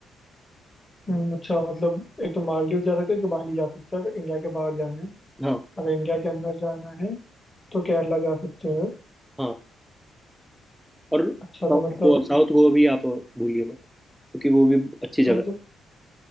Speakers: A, on the left (about 15°); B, in the centre.
A: हम्म, अच्छा मतलब एक तो मालदीव जा सकते हैं एक तो बाली जा सकते हैं अगर इंडिया के बाहर जाना है
B: है हाँ
A: अगर इंडिया के अंदर जाना है तो केरला जा सकते हैं
B: हाँ और
A: अच्छा
B: साउथ
A: तो मतलब
B: गोवा साउथ गोवा भी आप भूलिए मत क्योंकि वो भी अच्छी जगह
A: हाँ, मतलब